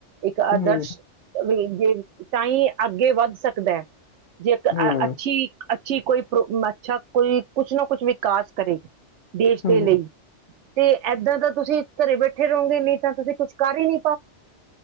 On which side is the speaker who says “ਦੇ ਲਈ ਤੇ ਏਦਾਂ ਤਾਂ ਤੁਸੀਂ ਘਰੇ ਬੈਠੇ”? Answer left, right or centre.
Right